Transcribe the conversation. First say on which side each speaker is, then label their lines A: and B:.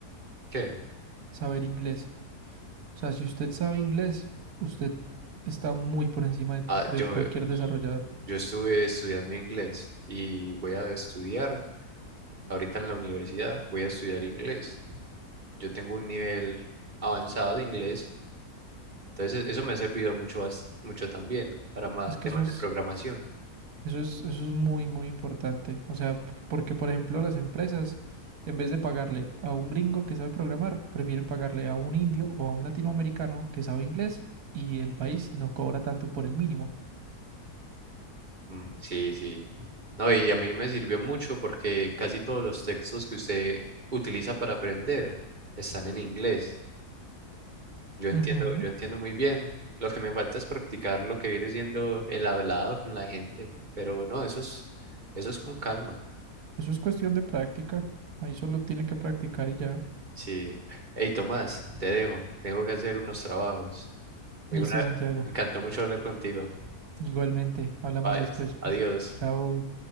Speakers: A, on the right (about 30°); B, on the right (about 70°).
A: ¿Qué?
B: saber inglés. O sea, si usted sabe inglés, usted está muy por encima de,
A: Ah,
B: de
A: yo,
B: cualquier desarrollador.
A: yo estuve estudiando inglés y voy a estudiar ahorita en la universidad, voy a estudiar inglés. Yo tengo un nivel avanzado de inglés. Entonces, eso me ha servido mucho, bas- mucho también para más
B: Es que
A: temas
B: eso es
A: de programación.
B: Eso es, eso es muy, muy importante. O sea, p- porque por ejemplo las empresas, en vez de pagarle a un gringo que sabe programar, prefieren pagarle a un indio o a un latinoamericano que sabe inglés y el país no cobra tanto por el mínimo.
A: Mm, sí, sí. No, y a mí me sirvió mucho porque casi todos los textos que usted utiliza para aprender están en inglés. Yo entiendo,
B: Ujú.
A: yo entiendo muy bien. Lo que me falta es practicar lo que viene siendo el hablado con la gente. Pero no, eso es, eso es con calma.
B: Eso es cuestión de práctica. Ahí solo tiene que practicar y ya.
A: Sí. Hey, Tomás, te dejo. Tengo que hacer unos trabajos. Muy
B: Listo,
A: buena-
B: Santiago.
A: Me encantó mucho hablar contigo.
B: Igualmente, hablamos
A: Bye.
B: después, pues.
A: Adiós.
B: Chao.